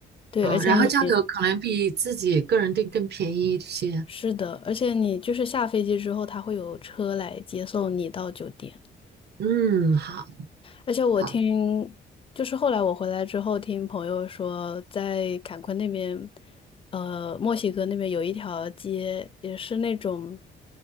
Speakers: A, on the left; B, on the right.
A: 对，
B: 哦然后价格可能比自己个人订更便宜一些。
A: 而且你是的，而且你就是下飞机之后，他会有车来接送你到酒店。
B: 嗯，好
A: 而且我听，
B: 好，
A: 就是后来我回来之后，听朋友说，在坎昆那边，呃，墨西哥那边有一条街，也是那种，